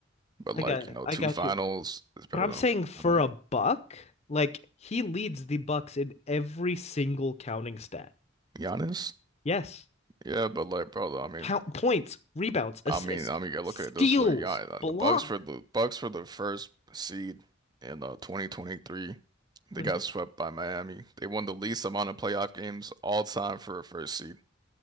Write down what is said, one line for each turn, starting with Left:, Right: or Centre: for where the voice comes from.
Right: But
Left: I
Right: like,
Left: got,
Right: you know,
Left: I
Right: two
Left: got
Right: finals
Left: you.
Right: is better
Left: But I'm
Right: than
Left: saying
Right: one
Left: for
Right: final.
Left: a buck, like he leads the Bucks in every single counting stat.
Right: Giannis?
Left: Yes.
Right: Yeah, but like, brother, I mean,
Left: Count points, rebounds, assist,
Right: I mean, I mean, you gotta
Left: steals,
Right: look at it this way. Yeah, uh,
Left: block.
Right: the Bucks for the Bucks for the first seed in uh, 2023. They
Left: hmm
Right: got swept by Miami. They won the least amount of playoff games all time for a first seed.